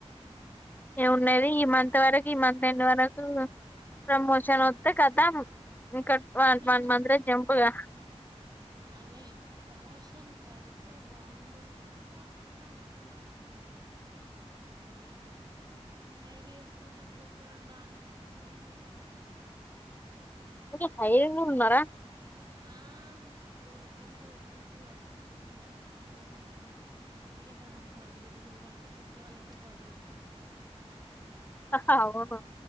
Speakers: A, on the left; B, on the right.
A: ఏమున్నది ఈ మంత్ వరకి మంతెండ్ మనకు ప్రమోషన్ ఒత్తె కతం ఇంకా వాళ్లు
B: నేను
A: వన్ మంత్ రే జంపుగా
B: అదే ప్రమోషన్ పడితే బాగుండుగాని ఎందుకు ఆపుతున్నారో అర్ధం కావట్లేదు ఏంటో హైర్ చేసుకుంటారు కొత్తోల్లని బానే గట్టిగానే
A: కొంచెం హైయ్య ఉన్నారా
B: ఆ ఓ ఎక్క నుంచో ఉరుకురుకురు వస్తారు టీంలకి కోపం వస్తాది మాకైతే ఇప్పటికే సగం క్వాలిటీ దొబ్బుతుందిర అంటే కొత్తల వాళ్ళు ఇంకా క్వాలిటీ దొబ్బుతది
A: ఓ